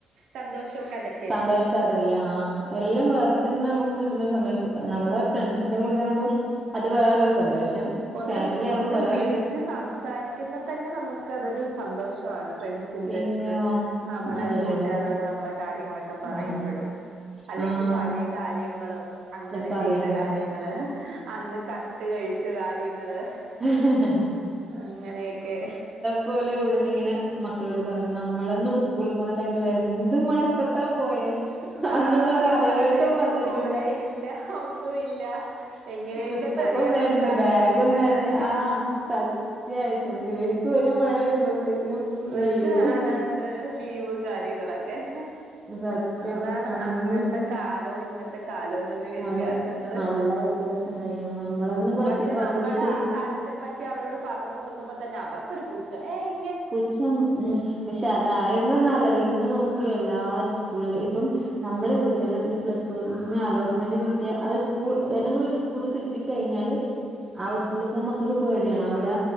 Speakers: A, on the right; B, on the right.
A: സന്തോഷൊക്കെ അതെ
B: സന്തോഷം അതല്ലേ ആഹ് എല്ലാം വേറെ തന്നെ നമ്മുക്ക് കിട്ടുന്ന സന്തോഷം നമ്മളെ ഫ്രണ്ട്സ് എന്റെ കൂടെ ആകുമ്പം അത് വേറൊരു സന്തോഷം
A: ഒന്ന്
B: ഫാമിലി ആകുമ്പോ
A: ഒന്ന്
B: വേറൊരു
A: വിളിച്ച് സംസാരിക്കുമ്പോ തന്നെ നമ്മുക്ക് അതൊരു സന്തോഷമാണ് ഫ്രണ്ട്സിന്റെ
B: പിന്നെയോ
A: അടുത്ത് നമ്മുടെ
B: നല്ല
A: കൂട്ടുകാരോട്
B: ഇതാ
A: നമ്മുടെ കാര്യങ്ങളൊക്കെ പറയുമ്പോഴും
B: ആഹ്
A: അല്ലെങ്കിൽ
B: ആഹ്
A: പഴയ കാര്യങ്ങള് അങ്ങനെ
B: ഇത് പറയുമ്പോ
A: ചെയ്ത കാര്യങ്ങള് അന്ന് കട്ട് കഴിച്ച കാര്യങ്ങള്
B: ഉം
A: അങ്ങനെയൊക്കെ
B: ഇതുപോലെ ഇവിടുന്ന് ഇങ്ങനെ മക്കളോട് പറഞ്ഞു നമ്മളൊന്നും സ്കൂളിൽ പോകുന്ന ടൈമില് എന്ത് മഴ <unintelligible> പോയെ അന്നൊന്നും
A: ആഹ്
B: ഒരു അലേർട്ടും
A: അതെ
B: വന്നിട്ടില്ല
A: കൊടയില്ല ഒന്നുമില്ല എങ്ങനെയൊക്കെ
B: പുസ്തകവും
A: നനയാൻ
B: നനഞ്ഞു
A: പറ്റും ആ
B: ബാഗും
A: രീതിയിലെല്ലാം
B: നനഞ്ഞു
A: നന
B: ആഹ് സത്യായിട്ടും ഇവ ഒരുമഴ വരുമ്പോഴത്തേക്കും
A: ഇവർക്ക്
B: ലീവ്
A: അലർട്ട് ലീവ് <unintelligible>
B: സത്യം
A: അതാണ്
B: നമ്മളൊന്നും
A: അന്നത്തെ കാലവും ഇന്നത്തെ കാലവും തമ്മിൽ വ്യത്യാസങ്ങള്
B: കാലം നല്ല വ്യത്യാസം ഉണ്ടായ്യോ നമ്മളന്ന് പഠിച്ചപ്പോ
A: പക്ഷെ നമ്മടെ
B: അതുവരെ ശരിക്കും
A: <unintelligible> പറ്റി അവരോട് പറഞ്ഞ് കൊടുക്കുമ്പോ തന്നെ അവർക്കൊരു പുച്ഛം ഏയ്
B: പുച്ഛം ഉം പക്ഷെ അതായിരുന്നു നല്ലത് ഇന്ന് നോക്കിയേ എല്ലാ സ്കൂളിലും ഇപ്പം നമ്മളെ ഇവിടെയെല്ലാം ഈ പ്ലസ് വണ്ണിന് അലോട്ട്മെന്റ് കിട്ടിയാൽ അത് സ്കൂൾ ഏതെങ്കിലും ഒരു സ്കൂൾ കിട്ട കിട്ടി കഴിഞ്ഞാല് ആ സ്കൂളിൽ പോകാൻ മക്കൾക്ക് പേടിയാണ് അവിടെ